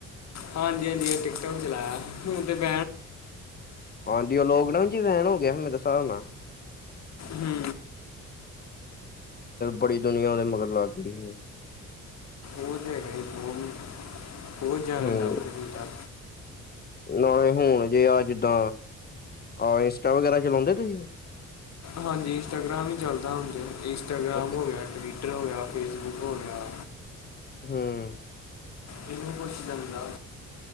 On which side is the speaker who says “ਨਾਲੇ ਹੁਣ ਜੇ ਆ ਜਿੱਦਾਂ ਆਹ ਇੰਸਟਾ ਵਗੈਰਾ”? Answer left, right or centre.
Left